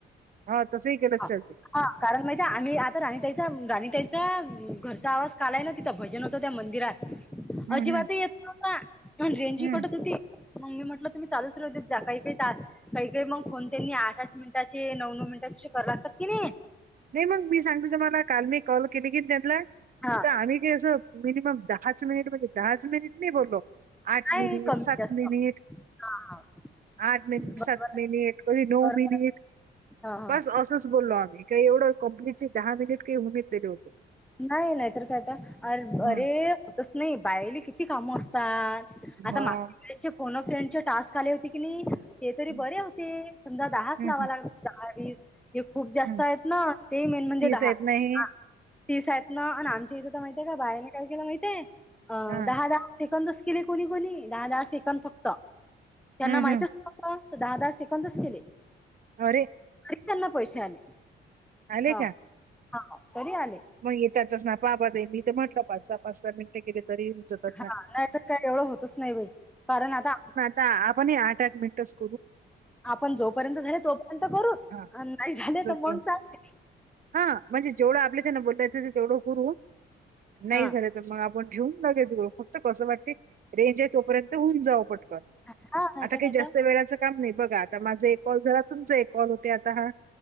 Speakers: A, on the right; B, in the centre.
A: हा तसंही केलं
B: हा
A: चालते.
B: हा कारण माहिती आम्ही आता राणीताईचा राणीताईचा घरचा आवाज काल आहे ना तिथं भजन होतात त्या मंदिरात
A: हम्म
B: अजिबात
A: हम्म
B: येत नव्हता आणि रेंजही
A: हम्म
B: कटत होती मग मी म्हटलं तुम्ही चालूच राहू देत जा काही-काही ते आ काही-काही मंग फोन त्यांनी आ ठ मिनिटांचे नऊ-नऊ मिनिटाची करा लागतात कि नई.
A: नाही मंग मी सांगतो जमाला काल मी कॉल केले की त्यांला
B: हा.
A: आम्ही जे असं मिनिमम दहाच मिनिट म्हणजे दहाच मिनिट नाही बोललो. आठ
B: नाही
A: मिनिट,
B: कमी
A: सात
B: जास्त
A: मिनिट
B: हा हा
A: आठ मिनिट,
B: बरोबर
A: सात मिनिट कधी नऊ
B: बरोबर
A: मिनिट
B: हा हा
A: बस असंच बोललो आम्ही काही एवढं कंप्लीटली दहा मिनिटं की. <unintelligible>
B: नाही नाहीतर काय आता अर
A: हम्म
B: अरे होतच नाही बायली कि ती काम असतात आता
A: मग
B: मागच्या वेळेचे फोन अ फ्रेंडचे टास्क आले होते की नी ते तरी
A: हम्म,
B: बरे होते समजा दहाच
A: हम्म,
B: लावा लागत दहा-वीस हे खूप जास्त
A: हम्म.
B: आहेत ना ते मेन म्हणजे
A: तीस
B: दहा.
A: आहेत नाही
B: हा तीस आहेत ना आणि आमच्या इथे तर माहितय का बायाने काय केलं माहितय अ
A: हा
B: दहा-दहा सेकंदच केले कोणी-कोणी दहा-दहा सेकंद फक्त त्यांना
A: हम्म
B: माहितच
A: हम्म
B: नव्ह ता दहा-दाहा सेकंदच केले.
A: अरे
B: तरी त्यांना पैशे आले
A: आले
B: हा
A: का
B: हा तरी आले.
A: मग येत्यातच ना बाबा ते मी ते म्हटलं पाच-सहा, पाच-सहा मिनिटे केले तरी जातात
B: हा
A: ना
B: नाही तर काही एवढं होतच नाही बाई कारण आता
A: ता आपण ही आठ-आठ मिनिट सु
B: आपण जोपर्यंत झाले तोपर्यंत करूच
A: हा
B: नाही झाले
A: जोपर्यंत
B: तर मग चालते.
A: हा म्हणजे जेवढं आपले त्यांना बोलयाचा तेवढं करू नाही
B: हा
A: झालं मग आपण ठेऊून जाघायचं ग फक्त कसं वाटते रेंज आहे तोपर्यंत होऊन जावं पटकन.
B: <unintelligible>
A: आता काही जास्त
B: तर
A: वेळाचं काम नाही बघा आता माझा एक कॉल झाला तुमचा एक कॉल होते आता हा.